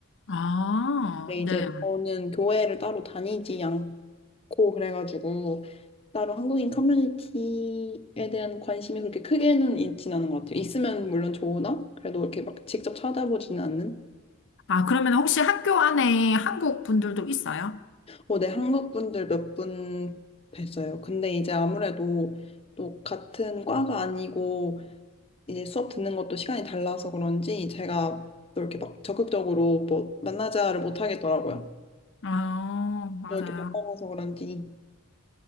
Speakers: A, on the left; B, on the left.
A: 아,
B: 근데 이제
A: 네.
B: 저는 교회를 따로 다니지 않고, 고 그래가지고 따로 한국인 커뮤니티에 대한 관심이 그렇게 크게는 있진 않은 것 같아요. 있으면 물론 좋으나 그래도 이렇게 막 직접 찾아보지는 않는.
A: 아, 그러면 혹시 학교 안에 한국 분들도 있어요?
B: 어, 네, 한국 분들 몇 분 뵀어요. 근데 이제 아무래도 또 같은 과가 아니고 이제 수업 듣는 것도 시간이 달라서 그런지 제가 또 이렇게 막 적극적으로 뭐 만나자를 못 하겠더라고요.
A: 아, 맞아요.
B: 또 이렇게 바빠서 그런지.